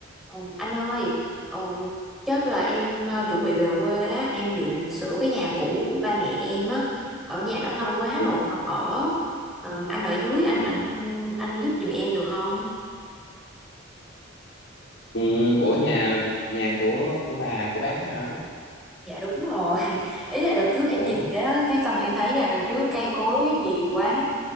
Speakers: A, in the centre; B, on the left.
A: Ờ, Anh ơi, ờ, chắc là em ờ, chuẩn bị về quê á, em dự định sửa cái nhà cũ của ba mẹ em á, ở nhà đó lâu quá
B: ừ.
A: rồi không ở. Ờ, anh ở dưới anh
B: Ừ.
A: anh anh giúp giùm em được không?
B: Ừ. Ủa nhà nhà của của bà của bác á hả?
A: Dạ đúng rồi <laughs> Ý là đợt trước em
B: Ủa
A: về đó Cái xong em thấy là đằng trước cây cối nhiều quá